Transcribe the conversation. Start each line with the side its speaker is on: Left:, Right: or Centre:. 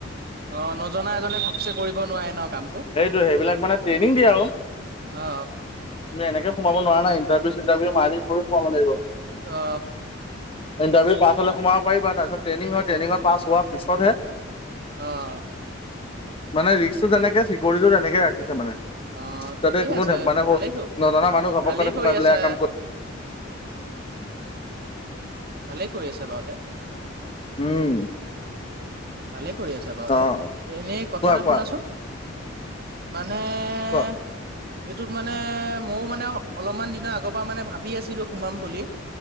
Right: অ' নজনা এজনে ঘপচে কৰিব নোৱাৰে ন। কামটো
Left: হেইটো হেইবিলাক মানে ট্ৰেইনিং দিয়ে আৰু
Right: অ
Left: এনেকে। সোমাব নোৱাৰে না ইন্টাৰভিউ-চিটাৰভিউ মাৰি কৰি সোমাব লাগিব।
Right: অ
Left: ইণ্টাৰভিউ পাছ হ'লে তোমাৰ পাৰিবা তাৰপিছত ট্ৰেনিং হয় ট্ৰেনিংত পাছ হোৱাৰ পিছতহে
Right: অহ'
Left: মানে ৰিক্কটো তেনেকে, চিকিউৰিটিটো তেনেকে ৰাখিছে মানে।
Right: অ'
Left: যাতে
Right: ঠিকেই
Left: কোনো
Right: আছে
Left: মানে
Right: ভালে
Left: নজনা মানুহ ঘপকতে
Right: ভালেই
Left: সোমাই
Right: কৰি
Left: পেলাই
Right: আছা।
Left: কাম
Right: <inaudible>
Left: কৰে
Right: ভালে কৰি আছে বাৰু তাই।
Left: উম।
Right: ভালে কৰি আছে বাৰু তাই
Left: অ
Right: এনেই কথা
Left: কোৱা
Right: এটা
Left: কোৱা
Right: শুনাচোন মানে মানে
Left: কোৱা
Right: এইটোত মানে ময়ো মানে অলপমান দিনৰ আগৰ পৰা মানে ভাবি আছিলোঁ সোমাম বুলি